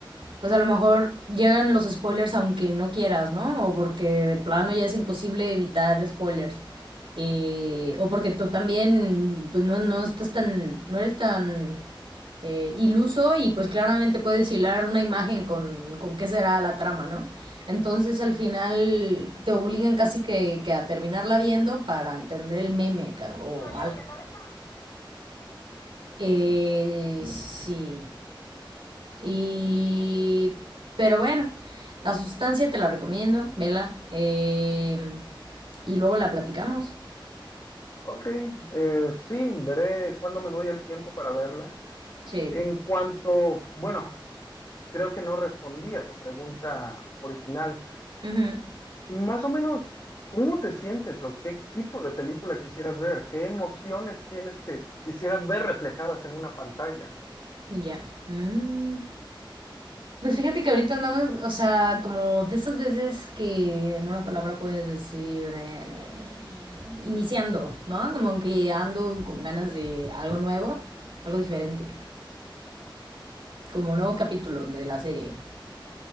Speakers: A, on the right; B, on the left.
A: pues a lo mejor llegan los spoilers aunque no quieras, ¿no? O porque de plano ya es imposible evitar spoilers. Eh, o porque tú también, pues no, no estás tan, no eres tan eh, iluso y pues claramente puedes hilar una imagen con, con qué será la trama, ¿no? Entonces al final te obligan casi que, que a terminarla viendo para entender el meme o
B: Caballero,
A: algo.
B: ¿qué tal está?
A: Eh, sí. Y... Pero bueno, la sustancia te la recomiendo, vela. eh, y luego la platicamos.
B: Ok, eh, sí, veré cuándo me doy el tiempo para verla.
A: Sí.
B: En cuanto, bueno, creo que no respondí a tu pregunta original.
A: Ujú,
B: Más o menos, ¿cómo te sientes o qué tipo de película quisieras ver? ¿Qué emociones tienes que quisieras ver reflejadas en una pantalla?
A: Ya. Mm. Pues fíjate que ahorita andamos, o sea, como de esas veces que en una palabra puedes decir eh, iniciando, ¿no? Como que ando con ganas de algo nuevo, algo diferente, como nuevo capítulo de la serie.